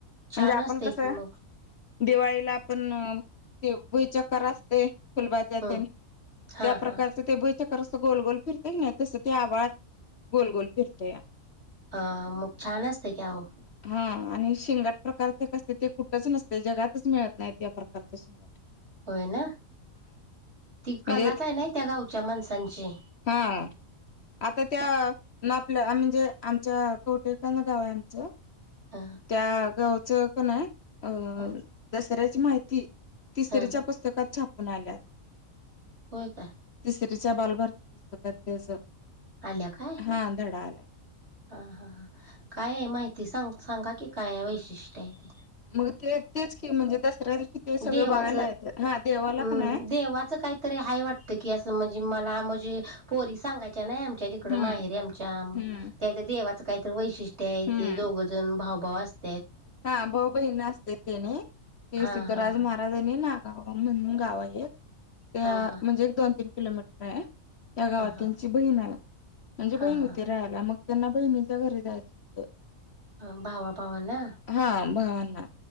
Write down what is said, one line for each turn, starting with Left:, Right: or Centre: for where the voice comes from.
Right: छान
Left: म्हणजे आपण
Right: असते
Left: कस
Right: की मग
Left: दिवाळीला आपण ते भुईचकर असते. फुलबाज्या
Right: हम्म
Left: तेन
Right: हा
Left: त्या प्रकारच
Right: हा
Left: ते भुईचक्कर कस गोलगोल फिरतय ना तसं ते आभाळात गोलगोल फिरतया.
Right: हा मग छान असते कि हो.
Left: हा आणि शिंगट प्रकारचे क असते ते कुठच नसते जगातच मिळत नाही या प्रकारच शिंगट.
Right: होय ना ती
Left: म्हणजे
Right: कलाच आहे ना त्या गावच्या माणसांची.
Left: हा. आता त्या ना आपल्या म्हणजे आमच्या कटे काण गाव आहे आमचं.
Right: ह
Left: त्या गावचं क नाय अ
Right: ह
Left: दसऱ्याची माहिती तिसरीच्या
Right: ह
Left: पुस्तकात छापून आल्याता.
Right: हो काय?
Left: तिसरीच्या बालभारती पुस्तकात
Right: आल्या काय
Left: हा धडा आलाय.
Right: हा हा हा, काय आहे माहिती सांग सांगा की काय वैशिष्ट्य आहे ते?
Left: मग ते तेच म्हणजे दसऱ्या दिवशी ते सगळं
Right: देवाच
Left: बघायला येतात हा देवाला
Right: म
Left: क नाय
Right: देवाच काहीतरी हाय वाटतं की असं म्हणजे मला म्हणजे पोरी सांगायच्या नाही आमच्या तिकड
Left: हम्म
Right: माहेरी आमच्या
Left: हम्म
Right: त्या इथं देवाच काहीत वैशिष्ट्य आहे
Left: हम्म
Right: ती दोघजण भावभाव असत
Left: हा भाऊ बहीन असतात तेनी हे
Right: हा
Left: सिद्धराज
Right: हा हा
Left: महाराजनी ना म्हणून गाव आहेत त्या
Right: हा हा
Left: म्हणजे एक दोन तीन किलोमीटर आहे. त्या गावात
Right: हा हा
Left: त्यांची बहीण आय म्हणजे
Right: हा
Left: बहीण होती
Right: हा
Left: राहाला मग त्यांना बहिणीच्या घरी जायच होतं.
Right: ह भावा भावा ना.
Left: ह भावना